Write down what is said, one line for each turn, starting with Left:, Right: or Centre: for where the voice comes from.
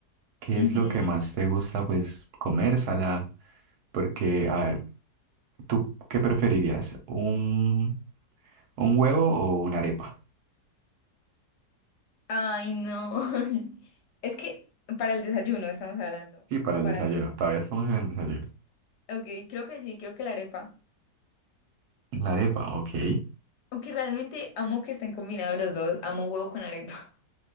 Right: ¿qué
Left: Ujú.
Right: es lo que más te gusta, pues, comer salado? Porque, a ver, ¿tú qué preferirías? ¿Un, un huevo o una arepa?
Left: Ay, no. <laughs> Es que para el desayuno estamos hablando.
Right: Sí, para
Left: ¿O
Right: el
Left: para
Right: desayuno,
Left: qué?
Right: todavía estamos en el desayuno.
Left: Ok, creo que sí, creo que la arepa.
Right: La arepa, ok.
Left: Aunque realmente amo que estén combinados los dos, amo huevo con arepa. <laughs>